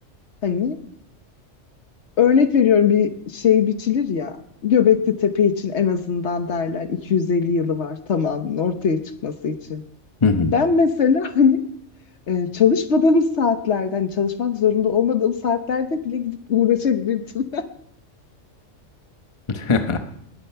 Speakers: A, on the left; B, on the left.
A: Hani örnek veriyorum bir şey biçilir ya Göbekli Tepe için en azından derler 250 yılı var tamamının ortaya çıkması için.
B: Hı hı.
A: Ben mesela <laughs> hani e, çalışmadığım saatlerde hani çalışmak zorunda olmadığım saatlerde bile gidip uğraşabilirdim. <laughs>
B: <laughs>